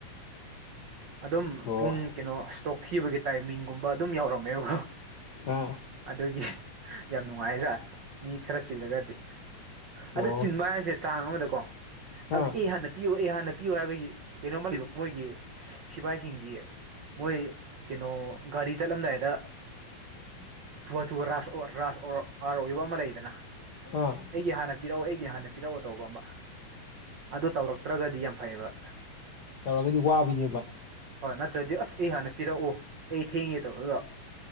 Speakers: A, on the right (about 60°); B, on the left (about 80°).
A: ꯑꯗꯨꯝ
B: ꯑꯣ
A: ꯄꯨꯡ ꯀꯩꯅꯣ ꯏꯁꯇꯣꯛ ꯊꯤꯕꯒꯤ ꯇꯥꯏꯃꯤꯡꯒꯨꯝꯕ ꯑꯗꯨꯝ ꯌꯥꯎꯔꯝꯃꯦꯕꯣ
B: ꯑꯥ
A: ꯑꯗꯨꯒꯤ ꯌꯥꯝ ꯅꯨꯡꯉꯥꯏꯖꯥꯠ ꯃꯤ ꯈꯔ ꯆꯤꯜꯂꯒꯗꯤ
B: ꯑꯣ
A: ꯑꯗꯨ ꯆꯤꯟꯕ ꯍꯥꯏꯁꯦ ꯆꯥꯡ ꯑꯃꯗꯀꯣ ꯍꯥꯏꯕꯗꯤ
B: ꯑꯥ
A: ꯑꯦ ꯍꯥꯟꯅ ꯄꯤꯌꯨ ꯑꯦ ꯍꯥꯟꯅ ꯄꯤꯌꯨ ꯍꯥꯏꯕꯒꯤ ꯀꯩꯅꯣꯝꯃꯜꯂꯤꯕ ꯃꯣꯏꯒꯤ ꯁꯤꯐꯥꯏꯁꯤꯡꯒꯤ ꯃꯣꯏ ꯀꯩꯅꯣ ꯒꯥꯔꯤ ꯆꯠꯂꯝꯗꯥꯏꯗ
B: <unintelligible>
A: ꯨ ꯔꯥꯁ ꯔꯥꯁ ꯑꯥꯔ ꯑꯣꯏꯕ ꯑꯃ ꯂꯩꯗꯅ
B: ꯑꯥ
A: ꯑꯩꯒꯤ ꯍꯥꯟꯅ ꯄꯤꯔꯛꯎ ꯑꯩꯒꯤ ꯍꯥꯟꯅ ꯄꯤꯔꯛꯎ ꯇꯧꯕ ꯑꯃ ꯑꯗꯨ ꯇꯧꯔꯛꯇ꯭ꯔꯒꯗꯤ ꯌꯥꯝ ꯐꯩꯌꯦꯕ
B: ꯇꯧꯔꯒꯗꯤ ꯋꯥꯕꯤꯅꯦꯕ
A: ꯍꯣꯏ ꯅꯠꯇ꯭ꯔꯗꯤ ꯑꯁ ꯑꯩ ꯍꯥꯟꯅ ꯄꯤꯔꯛꯑꯣ ꯑꯩ ꯊꯦꯡꯉꯦ ꯇꯧꯕ ꯑꯗꯣ